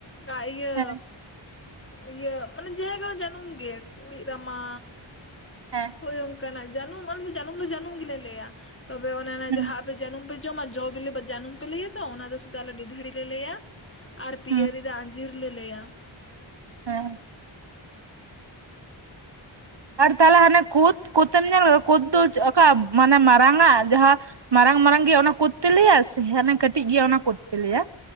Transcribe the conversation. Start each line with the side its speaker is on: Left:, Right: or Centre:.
Left: ᱠᱟ ᱤᱭᱟᱹ
Right: ᱦᱮᱸ
Left: ᱤᱭᱟᱹ ᱢᱟᱱᱮ ᱡᱮ ᱠᱚᱱᱚ ᱡᱟᱹᱱᱩᱢ ᱜᱮ ᱠᱩᱲᱤᱜ ᱨᱟᱢᱟ
Right: ᱦᱮᱸ
Left: ᱦᱳᱭ ᱚᱝᱠᱟᱱᱟᱜ ᱡᱟᱹᱱᱩᱢ ᱟᱞᱮ ᱥᱮᱫ ᱫᱚ ᱡᱟᱹᱱᱩᱢ ᱫᱚ ᱡᱟᱹᱱᱩᱢ ᱜᱮᱞᱮ ᱞᱟᱹᱭᱟ ᱛᱚᱵᱮ ᱚᱱᱮ
Right: ᱦᱩᱸ
Left: ᱡᱟᱦᱟᱸ ᱟᱯᱮ ᱡᱟᱹᱱᱢ ᱯᱮ ᱡᱚᱢᱟᱜ ᱡᱚ ᱵᱤᱞ ᱵᱟ ᱡᱟᱱᱩᱢ ᱯᱮ ᱞᱟᱹᱭᱟ ᱛᱚ ᱚᱱᱟ ᱫᱚ ᱥᱩᱫᱩ ᱟᱞᱮ ᱰᱤᱰᱷᱟᱹᱲᱤ ᱞᱮ ᱞᱟᱹᱭᱟ᱾ ᱟᱨ ᱯᱤᱭᱟᱹᱨ
Right: ᱦᱩᱸ
Left: ᱫᱚ ᱟᱧᱡᱤᱨ ᱞᱮ ᱞᱟᱹᱭᱟ,
Right: ᱦᱮᱸ᱾ ᱟᱨ ᱛᱟᱦᱚᱞᱮ ᱦᱟᱱᱮ ᱠᱳᱫᱽ ᱠᱳᱫᱽ ᱮᱢ ᱧᱮᱞ ᱟᱠᱮᱫᱟ ᱠᱳᱫᱽ ᱫᱚ ᱚᱠᱟ ᱢᱟᱱᱮ ᱢᱟᱨᱟᱝ ᱟᱜ ᱡᱟᱦᱟᱸ ᱢᱟᱨᱟᱝ ᱢᱟᱨᱟᱝ ᱜᱮᱭᱟ ᱚᱱᱟ ᱠᱩᱫ ᱯᱮ ᱞᱟᱹᱭᱟ ᱥᱮ ᱦᱟᱱᱮ ᱠᱟᱹᱴᱤᱡ ᱜᱮ ᱚᱱᱟ ᱠᱩᱫ ᱯᱮ ᱞᱟᱹᱭᱟ?